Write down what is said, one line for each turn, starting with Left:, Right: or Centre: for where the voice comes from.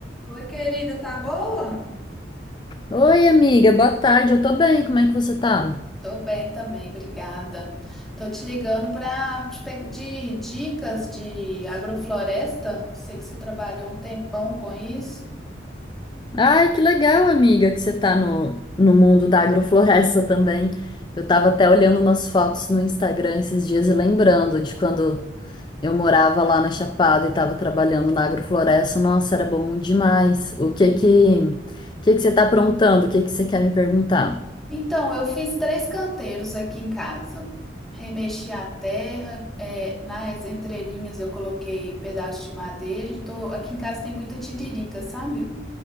Centre: Oi, querida, tá boa?
Left: Oi, amiga, boa tarde. Eu tô bem, como é que você tá?
Centre: Tô bem também, obrigada. Tô te ligando para te pedir dicas de agrofloresta. Sei que você trabalhou um tempão com isso.
Left: Ai, que legal, amiga, que você tá no, no mundo da agrofloresta também. Eu tava até olhando umas fotos no Instagram esses dias e lembrando de quando eu morava lá na Chapada e tava trabalhando na agrofloresta. Nossa, era bom demais. O que que, o que que você tá aprontando? O que que você quer me perguntar?
Centre: Então, eu fiz três canteiros aqui em casa. Remexi a terra, é, nas entrelinhas eu coloquei pedaço de madeira e tô, aqui em casa tem muita tiririca, sabe?